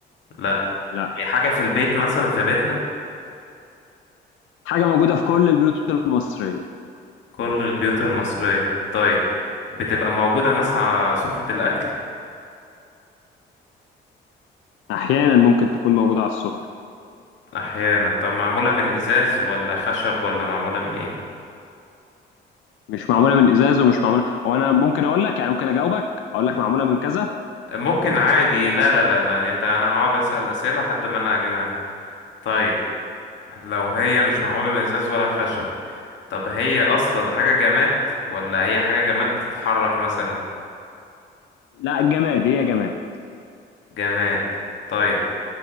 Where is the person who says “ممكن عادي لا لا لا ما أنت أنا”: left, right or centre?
Left